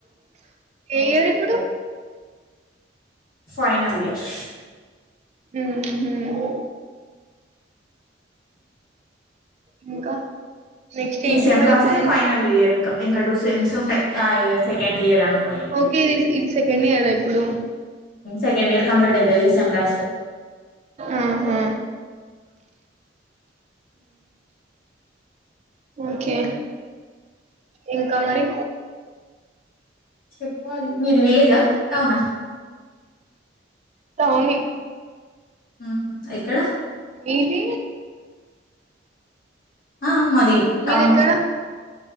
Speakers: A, on the right; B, on the left.
A: ఏ ఇయర్ ఇప్పుడు
B: ఫైనల్ ఇయర్
A: ఉహు ఇంకా నెక్స్ట్ ఏంటి
B: ఈ సెమ్
A: మరి
B: రాస్తే
A: ప్లాన్
B: ఫైనల్ ఇయర్ ఇంకా ఇంకా టూ సెమ్స్ ఉంటాయి ఆ ఈ రోజ్ సెకండ్ ఇయర్ అనుకో ఏంటి
A: ఓకే ఇది ఇది సెకండ్ ఇయరా ఇప్పుడు
B: సెకండ్ ఇయర్ కంప్లీట్ అవుతుంది ఈ సేమ్ రాస్తే
A: ఉహు ఓకే ఇంకా మరి
B: చెప్పాలి మీది విలేజా టౌనా
A: టౌనే
B: ఆ ఎక్కడ
A: మీది
B: ఆ మాది
A: మీదెక్కడ
B: టౌను